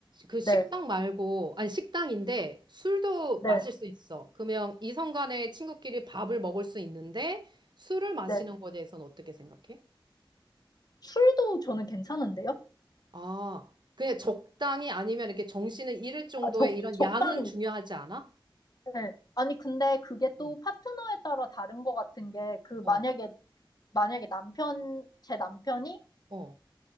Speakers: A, on the right; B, on the left.
A: 그 식당
B: 네,
A: 말고 아니 식당인데 술도
B: 네,
A: 마실 수 있어. 그러면 이성 간에 친구끼리 밥을 먹을 수 있는데 술을 마시는
B: 네.
A: 거에 대해서는 어떻게 생각해?
B: 술도 저는 괜찮은데요?
A: 아, 그냥 적당히 아니면 이렇게 정신을 잃을 정도의
B: 아, 적,
A: 이런
B: 적당히.
A: 양은 중요하지 않아?
B: 네. 아니, 근데 그게
A: 어,
B: 또 파트너에 따라 다른 것 같은 게, 그,
A: 어,
B: 만약에, 만약에 남편, 제 남편이
A: 어.